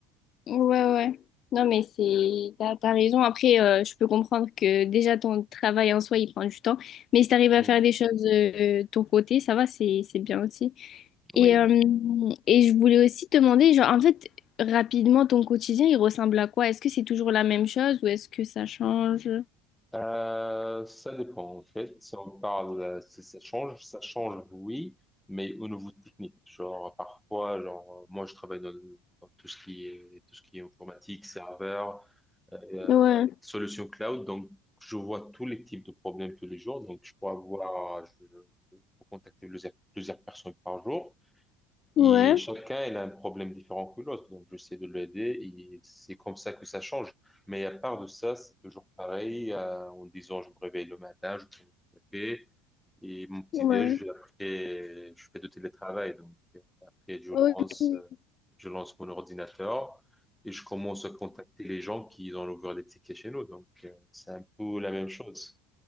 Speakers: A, on the left; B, in the centre.
A: Ouais, ouais. Non, mais c'est, t'as, t'as raison. Après, euh, je peux comprendre que déjà ton travail en soi, il prend du temps. Mais si t'arrives à
B: Hmm,
A: faire des choses euh, de ton côté, ça va, c'est, c'est bien aussi.
B: Oui.
A: Et, euh, et je voulais aussi te demander, genre, en fait, rapidement, ton quotidien, il ressemble à quoi? Est-ce que c'est toujours la même chose ou est-ce que ça change?
B: Euh, ça dépend, en fait. Si on parle, euh, si ça change, ça change, oui, mais au niveau technique. Genre, parfois, genre, euh, moi, je travaille dans, dans tout ce qui est, tout ce qui est informatique, serveur, euh,
A: Ouais,
B: solution cloud. Donc, je vois tous les types de problèmes tous les jours. Donc, je peux avoir, je, je peux contacter plusieurs, plusieurs personnes par jour. Et
A: ouais,
B: chacun, il a un problème différent que l'autre. Donc, j'essaie de l'aider et c'est comme ça que ça change. Mais à part de ça, c'est toujours pareil. euh, en disant, je me réveille le matin, je prends mon café et mon petit-déj,
A: ouais.
B: après, je fais du télétravail. Donc, euh, après, je
A: Ok,
B: lance,
A: ouais,
B: euh, je lance mon ordinateur et je commence à contacter les gens qui ont ouvert des tickets chez nous. Donc, euh, c'est un peu la même chose.